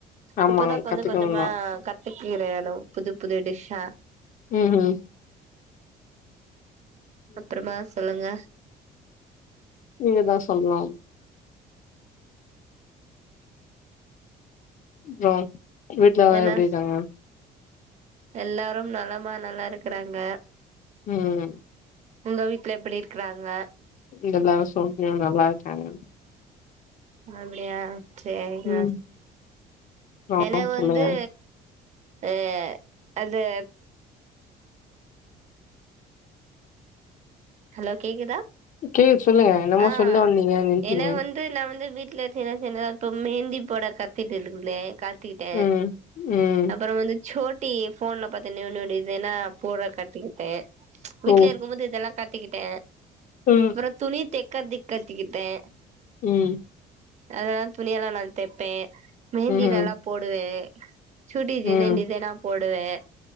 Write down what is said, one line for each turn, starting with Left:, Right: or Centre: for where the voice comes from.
Left: ஆமா
Right: இப்பதா கொஞ்ச
Left: கத்துக்கணும்
Right: கொஞ்சமா
Left: தான்.
Right: கத்துக்கிறே லோ புது புது டிஷ்ஷா
Left: ம் ம்
Right: அப்பறமா சொல்லுங்க
Left: நீங்க தா சொல்ணு அப்புறோ வீட்ல எல்லா
Right: என்ன
Left: எப்டி இருக்காங்க
Right: எல்லாரும் நலமா நல்லா இருக்கறாங்க
Left: ம்
Right: உங்க வீட்ல எப்பிடி இருக்கறாங்க
Left: இங்க எல்லாரு சௌக்கியம் நல்லா இருக்காங்க
Right: அப்டியா சேரிங்க
Left: ம் அப்றோ
Right: என வந்து
Left: சொல்லுங்க
Right: எ அது ஹலோ கேக்குதா
Left: கே சொல்லுங்க என்னமோ
Right: ஆ
Left: சொல்ல வந்திங்க நின்ட்டீங்க
Right: ஏன்னா வந்து <unintelligible> இப்ப மெகந்தி போட கத்திட்டுருந்தே கத் திட்டே
Left: ம் ம்
Right: அப்பறோ வந்து சோட்டி ஃபோன்ல பாத்து நியூ நியூ டிசைனா போர கத்துக்கிட்டே வீட்ல
Left: ஓ
Right: இருக்கும்போது இதெல்லா கத்துக்கிட்டே
Left: ம்
Right: அப்ற துணி தெக் கதி கத்திகிட்டே
Left: உம்
Right: அதலா துணியல்லா நா தெப்பே மெஹந்தி
Left: ம்ஹூம்
Right: நல்லா போடுவே சுடி டிசைன்
Left: ம்
Right: டிசைனா போட் டுவே